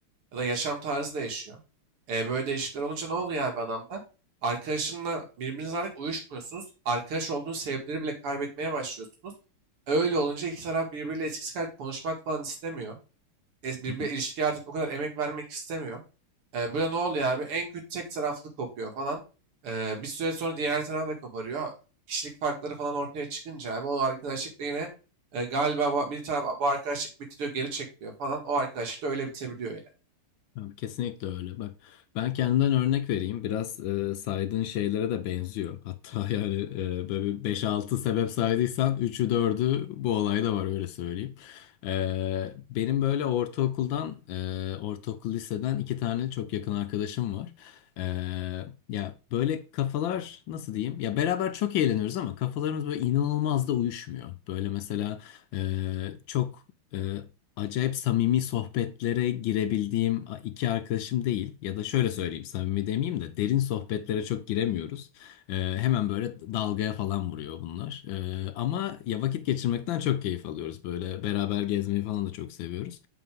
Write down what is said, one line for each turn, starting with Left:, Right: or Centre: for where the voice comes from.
Right: Ya da yaşam tarzı değişiyor. Eee, böyle değişiklikler olunca ne oluyor abi adamda? Arkadaşınla birbirinizle artık uyuşmuyorsunuz. Arkadaş olduğunuz sebepleri bile kaybetmeye başlıyorsunuz. Öyle olunca iki taraf birbiriyle eskisi kadar konuşmak falan istemiyor es- birbirine
Left: hı.
Right: ilişkiye artık o kadar emek vermek istemiyor. E, böyle ne oluyor abi? En kötü tek taraflı kopuyor falan. E, bir süre sonra diğer taraf da koparıyor. Kişilik farkları falan ortaya çıkınca abi o arkadaşlık da yine e, galiba bu- bir taraf bu arkadaşlık bitti diyor geri çekiliyor falan. O arkadaşlık da öyle bitebiliyor yani.
Left: Ya, Kesinlikle öyle. Bak ben kendimden örnek vereyim. Biraz e, saydığın şeylere de benziyor. Hatta <laughs> yani e, böyle 5-6 sebep saydıysan üçü dördü bu olayda var öyle söyleyeyim. E, benim böyle ortaokuldan, e, ortaokul liseden iki tane çok yakın arkadaşım var. E, ya böyle kafalar nasıl diyeyim? Ya beraber çok eğleniyoruz ama kafalarımız böyle inanılmaz da uyuşmuyor. Böyle mesela e, çok... e, acayip samimi sohbetlere girebildiğim a- iki arkadaşım değil. Ya da şöyle söyleyeyim samimi demeyeyim de derin sohbetlere çok giremiyoruz. Ee, hemen böyle dalgaya falan vuruyor bunlar. Ee, ama ya vakit geçirmekten çok keyif alıyoruz böyle. Beraber gezmeyi falan da çok seviyoruz.